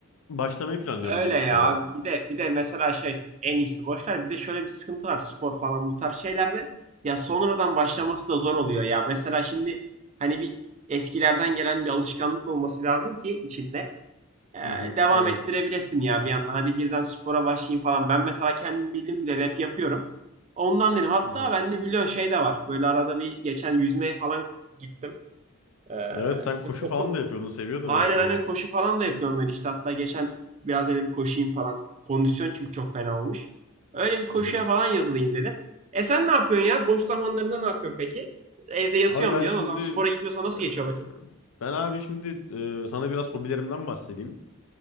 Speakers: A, on the left (about 65°); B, on the right (about 30°).
A: başlamayı planlıyorum
B: Öyle
A: geri
B: ya
A: spora.
B: abi. Bir de bir de mesela şey en iyisi boş ver. Bir de şöyle bir sıkıntı var spor falan bu tarz şeylerde. Ya sonradan başlaması da zor oluyor ya. Mesela şimdi hani bir eskilerden gelen bir alışkanlık olması lazım ki içinde e,
A: Hı hı,
B: devam
A: evet.
B: ettirebilesin ya bir yandan. Hadi birden spora başlayayım falan. Ben mesela kendim bildim bile rap yapıyorum. Ondan dedim. Hatta
A: Hı hı.
B: bende biliyorsun şey de var. Böyle arada bir geçen yüzmeye falan gittim. E,
A: Evet sen
B: bizim
A: koşu
B: okul
A: falan da yapıyordun, seviyordun
B: Aynen
A: öyle şeyleri.
B: aynen koşu falan da yapıyorum ben işte. Hatta geçen biraz dedim koşayım falan. Kondisyon çünkü çok fena olmuş. Öyle bir koşuya
A: Hı hı.
B: falan yazılayım dedim. E sen ne yapıyorsun ya? Boş zamanlarında ne yapıyorsun peki? Evde yatıyorum
A: Abi ben
B: diyorsun.
A: şimdi
B: O zaman spora gitmiyorsan nasıl
A: e,
B: geçiyor vakit?
A: ben abi şimdi e, sana biraz hobilerimden bahsedeyim.